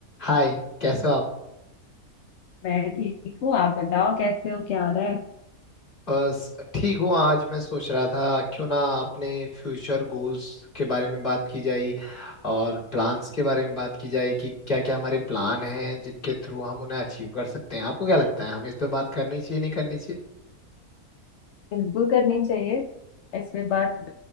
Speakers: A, on the left (about 35°); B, on the left (about 60°).
A: हाय कैसे हो आप
B: मैं ठीक हूँ आप बताओ कैसे हो क्या हो रहा है
A: बस ठीक हूँ आज मैं सोच रहा था क्यों ना अपने फ्यूचर गोल्स के बारे में बात की जाए और प्लान्स के बारे में बात की जाए कि क्या क्या हमारे प्लान हैं जिनके थ्रू हम उन्हें अचीव कर सकते हैं आपको क्या लगता है हमें इस पे बात करनी चाहिए नहीं करनी चाहिए
B: बिल्कुल करनी चाहिए इस पे बात